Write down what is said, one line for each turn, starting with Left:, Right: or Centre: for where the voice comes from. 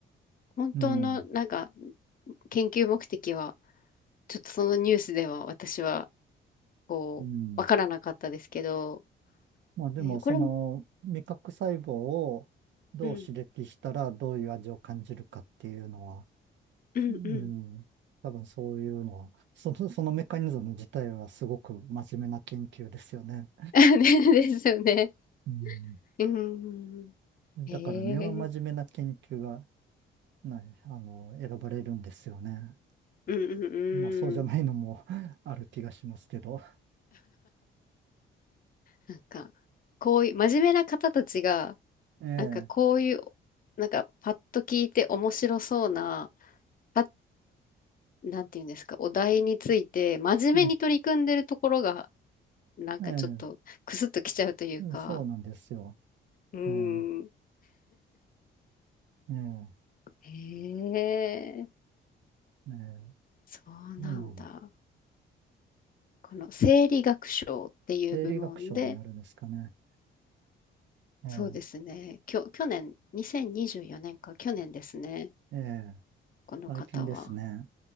Left: 本当の、
Right: うん、
Left: なんか、研究目的は、ちょっとそのニュースでは私は、こう、
Right: うん。
Left: わからなかったですけど、
Right: まあでも、
Left: ねこれも、
Right: その、味覚細胞をどう刺激したらどういう味を感じるかっていうのは、
Left: うん、うん、
Right: うん、
Left: うん。
Right: 多分そういうのは、その、そのメカニズム自体はすごく真面目な研究ですよね。
Left: <laughs> ねですよね。
Right: うん。
Left: うん。
Right: だから根は真面目な研究が、
Left: へえ。
Right: ね、あの、選ばれるんですよね。
Left: うんうん
Right: まあそうじゃないのも
Left: うん。
Right: <laughs> ある気がしますけど。
Left: なんか、こういう、真面目な方たちが、
Right: ええ、
Left: なんかこういう、なんかパッと聞いて面白そうな、パなんていうんですか、お題について、真面目に取り組んでるところが、
Right: ええ、
Left: なんかちょっと、
Right: ええ、
Left: くすっときちゃうというか、
Right: そうなんですよ。
Left: うん。
Right: ねえええ、
Left: へえ、
Right: ええ、
Left: そうなんだ。
Right: なんなん
Left: この生理学賞っていう部門で、
Right: 生理学賞になるんですかね。え
Left: そうですね、きょ、去年、2024年か、去年ですね、
Right: え、ええ、
Left: この方は。
Right: 最近ですね。